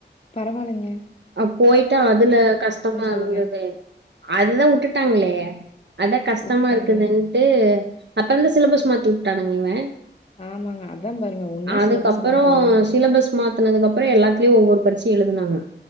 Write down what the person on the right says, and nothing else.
அப் போயிட்டா அதுல கஷ்டமா
இருந்தது அதுதான் உட்டுடாங்களே அதான் கஷ்டமா
இருக்குதுன்ட்டு அப்புறம்ந் சிலபஸ் மாத்தி விட்டானுங்க இவன்
அதுக்கப்புறம்
சிலபஸ் மாத்தனது அப்புறம் எல்லாத்துலயும் ஒவ்வொரு பரிச் எலுதுனாங்க